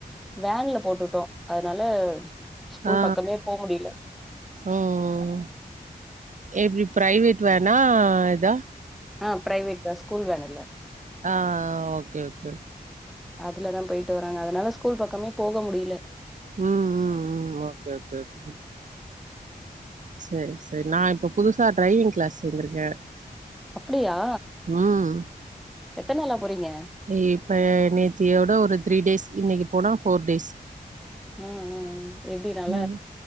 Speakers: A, in the centre; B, on the right (about 55°).
A: வேன்ல போட்டுட்டோ அதனால ஸ்கூல்
B: ஆ
A: பக்கமே போ முடில
B: ம் எப்டி பிரைவேட் வேனா இதா
A: ஆ பிரைவேட் பஸ் ஸ்கூல் வேன் இல்ல
B: ஆ ஓகே ஓகே
A: அதுலதா போயிட்டு வராங்க அதனால ஸ்கூல் பக்கமே போக முடில்ல
B: ம் ம் ம் ஓகே ஓகே ஓகே சரி சரி நா இப்போ புதுசா டிரைவிங் கிளாஸ் சேந்துருக்கே
A: அப்டியா
B: ம்
A: எத்தனாளா போறீங்க
B: இப்ப நேத்தியோட ஒரு த்ரீ டேஸ் இன்னைக்கு போனா பஃபோர் டேஸ்
A: ம் ம் ம் எப்டி நல்லா
B: ம்